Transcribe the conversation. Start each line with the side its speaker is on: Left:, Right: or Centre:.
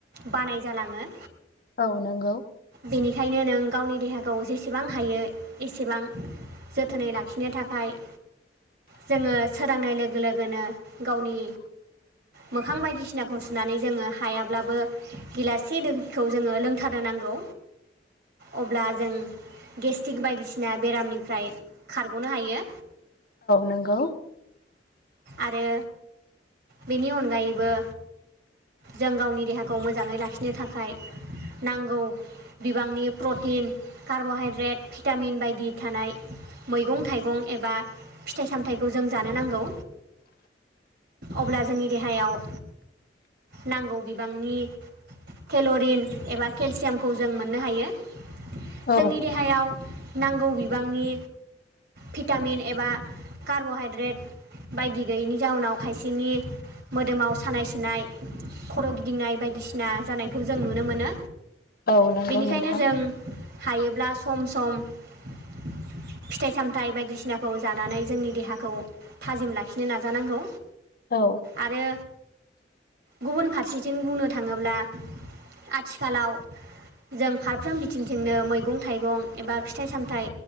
Right: बानाय जालाङो।
Left: औ नंगौ
Right: बेनिखायनो नों गावनि देहाखौ जेसेबां हायो एसेबां जोथोनै लाखिनो थाखाय जोङो सोरांनाय लोगो लोगोनो गावनि मोखां बायदिसिना खौ सुनानै जोङो हायाब्लाबो गिलाससे दैखौ जोङो लोंथारनो नांगौ। अब्ला जों गेस्टिक बायदिसिना बेरामनिफ्राय खारग'नो हायो।
Left: नोंगौ
Right: आरो बेनि अनगायैबो जों गावनि देहाखौ मोजाङै लाखिनो थाखाय नांगौ बिबांनि प्रटिन कार्ब'हाइद्रेट भिटामिन बायदि थानाय मैगं थाइगं एबा फिथाइ सामथायाइखौ जों जानो नांगौ। अब्ला जोंनि देहायाव नांगौ बिबांनि केल'रिन एबा केलसियामखौ जों मोननो हायो।
Left: औ
Right: जोंनि देहायाव नांगौ बिबांनि भिटामिन एबा कार्ब'हाइद्रेट बायदि गैयैनि जाउनाव खायसेनि मोदोमाव सानाय सु सुनाय खर' गिदिंनाय बायदिसिना जानायखौ जों नुनो मोनो।
Left: औ नंगौ
Right: बेनिखायनो
Left: नोंथां
Right: जों हायोब्ला सम सम फिथाइ सामथाइ बायदिसिनाखौ जानानै जोंनि देहाखौ थाजिम लाखिनो नाजानांगौ।
Left: औ
Right: आरो गुबुन फारसेथिं बुंनो थाङोब्ला आथिखालाव जों फारफ्रोम बिथिंजोंनो मैगं थाइगं एबा फिथाइ सामथाइ